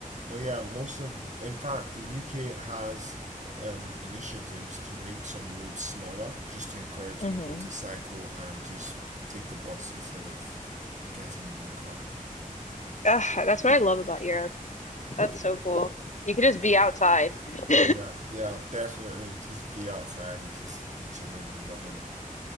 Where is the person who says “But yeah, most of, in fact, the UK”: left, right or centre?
Right